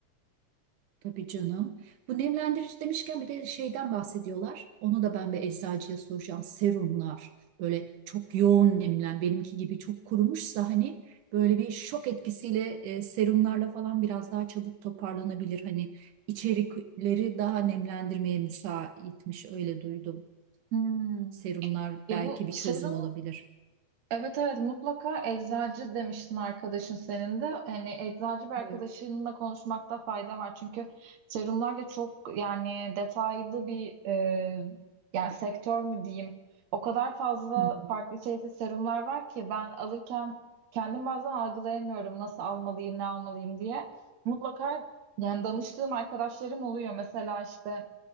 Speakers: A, on the right; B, on the right.
A: Tabii canım. Bu nemlendirici demişken bir de şeyden bahsediyorlar. Onu da ben bir eczacıya soracağım. Serumlar böyle çok yoğun nemlen benimki gibi çok kurumuşsa hani böyle bir şok etkisiyle e, serumlarla falan biraz daha çabuk toparlanabilir. Hani içerikleri daha nemlendirmeye müsaitmiş öyle duydum.
B: Hmm.
A: Serumlar
B: Ya
A: belki
B: bu
A: bir
B: serum
A: çözüm olabilir.
B: Evet evet mutlaka eczacı demiştin arkadaşın senin de. Hani eczacı bir arkadaşınla
A: Evet.
B: konuşmakta fayda var. Çünkü serumlar da çok yani detaylı bir e, yani sektör mü diyeyim. O kadar fazla
A: Hmm.
B: farklı çeşitli serumlar var ki ben alırken kendim bazen algılayamıyorum nasıl almalıyım ne almalıyım diye. Mutlaka yani danıştığım arkadaşlarım oluyor. Mesela işte